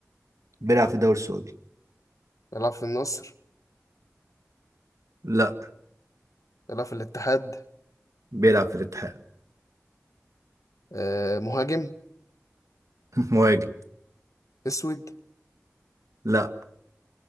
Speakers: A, on the right; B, on the left.
A: بيلعب في الدوري السعودي
B: بيلعب في النصر
A: لا
B: بيلعب في الاتحاد
A: بيلعب في الاتحاد
B: آه، مهاجم
A: <laughs> مهاجم
B: اسود
A: لا